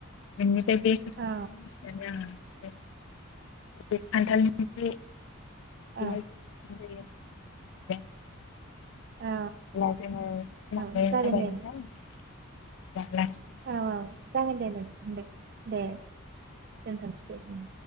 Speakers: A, on the left (about 60°); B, on the right (about 45°).
A: नोंनिफाय बे खोथाखौ
B: औ
A: मिथिनानै आंहा द <inaudible> <unintelligible> खान्थालनिफ्राय <unintelligible>
B: औ
A: स <inaudible>
B: औ
A: अब्ला जोङो समाबो
B: औ जागोन
A: जाबाय
B: दे
A: नोंथां। अब्ला लाखिथ'नोसै
B: औ
A: नोंथां
B: औ। जागोन दे दे दे। दोनथ'नोसै दे